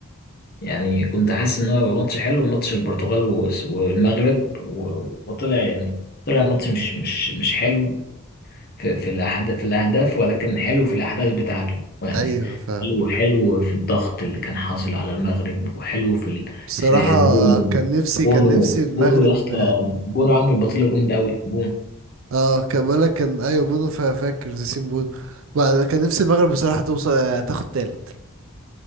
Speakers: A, on the left; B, on the right.
A: يعني كنت حاسس ان هو هيبقى ماتش حلو ماتش البرتغال و- والمغرب و- وطلع يعني طلع ماتش مش مش مش حلو في في الاهداف في الاهداف ولكن حلو في الاحداث بتاعته يعني
B: ايوه ف
A: حلو حلو في الضغط اللي كان حاصل على المغرب وحلو في ال...
B: بصراحة
A: في بونو
B: كان نفسي
A: بونو
B: كان نفسي المغرب
A: بونو يا اسطى بونو عامل بطيله جامده قوي بونو
B: اه كان بقولك كان ايوه بونو فا- فاكر ياسين بونو بقى- كان نفسي المغرب بصراحة توصل آه، تاخد تالت